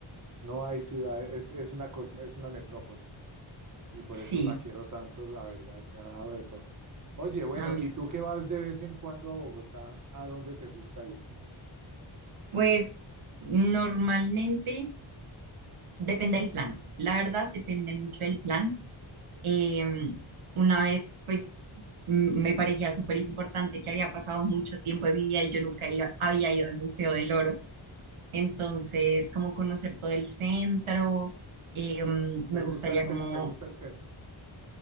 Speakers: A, on the right; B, on the right.
A: no hay ciudad, es, es una, cosmo- es una metrópoli y por
B: sí,
A: eso la quiero tanto, la verdad, me ha dado de todo. Oye, bueno,
B: a mí.
A: ¿y tú que vas de vez en cuando a Bogotá? ¿A dónde te gusta ir?
B: Pues normalmente depende del plan. La verdad, depende mucho del plan. Eh, una vez, pues, m- me parecía súper importante que había pasado mucho tiempo de mi vida y yo nunca iba- había ido al Museo del Oro. Entonces, como conocer todo el centro, eh, mm, me
A: ¿Te gusta
B: gustaría
A: el centro?
B: como,
A: ¿Te gusta el centro?